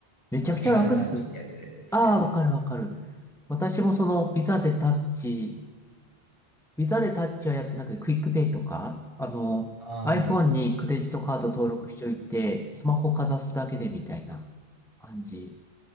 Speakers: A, in the centre; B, on the left.
A: めちゃくちゃ楽っす。
B: ビザでタッチってやつですね。
A: ああ、わかるわかる。私もそのビザでタッチ、ビザでタッチはやってなくて、クイックペイとか、あの、
B: ああ、
A: iPhone にクレジットカード登録しておいて、スマホかざすだけでみたいな。感じ